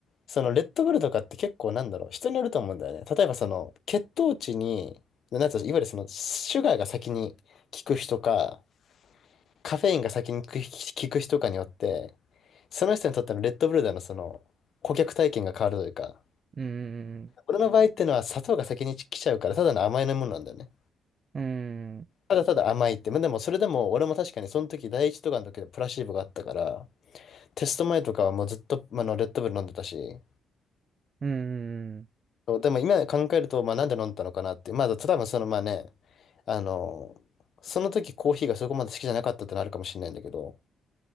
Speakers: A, on the left; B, on the right.
A: そのレッドブルとかって結構なんだろう、人によると思うんだよね。例えばその血糖値に、なんつうのいわゆるそのシュガーが先に効く人か、カフェインが先に効く効く人かによって、その人にとってのレッドブルでのその顧客体験が変わるというか、
B: うーん、
A: 俺の場合ってのは砂糖が先に来ちゃうから、ただの甘いものなんだよね。
B: うーん、
A: ただただ甘いって。まあでもそれでも俺も確かにその時第一とかの時でプラシーボがあったから、テスト前とかはもうずっとあのレッドブル飲んでたし、
B: うーん、
A: そうでも今考えると、まあなんで飲んだのかなって。まあ多分そのまあね、あの、その時コーヒーがそこまで好きじゃなかったってのあるかもしれないんだけど。